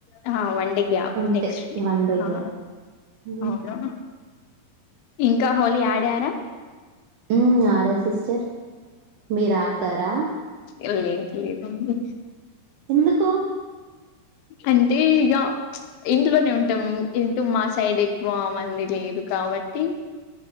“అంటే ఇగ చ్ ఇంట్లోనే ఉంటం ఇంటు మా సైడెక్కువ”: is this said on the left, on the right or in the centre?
Left